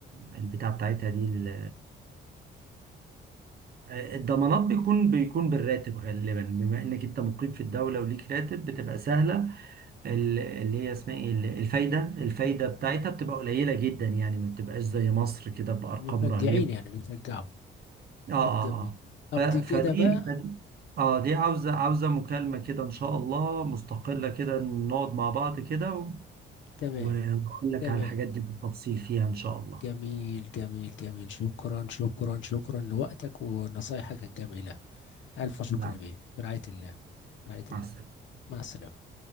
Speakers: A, on the right (about 50°); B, on the left (about 70°).
A: البتاع بتاعتها دي ال- الضمانات بيكون بيكون بالراتب غالبا بما انك انت مقيم في الدوله وليك راتب بتبقى سهله ال- اللي هي اسمها ايه ال- الفايده الفايده بتاعتها بتبقى قليله جدا يعني ما بتبقاش زي مصر كده بارقام
B: مشجعين
A: رهيبه
B: يعني بيشجعوا
A: اه اه
B: طب جميل طب
A: اه
B: دي
A: ف-
B: كده
A: فدي
B: بقى
A: فدي اه دي عاوزه عاوزه مكالمه كده ان شاء الله مستقله كده نقعد مع بعض كده و-
B: تمام
A: واقول لك
B: تمام
A: على الحاجات دي بالتفصيل فيها ان شاء الله
B: جميل جميل جميل شكرا شكرا شكرا لوقتك ونصايحك الجميلة ألف شكر
A: نعم
B: يا بيه برعاية الله برعاية الله
A: مع السلامه
B: مع السلامة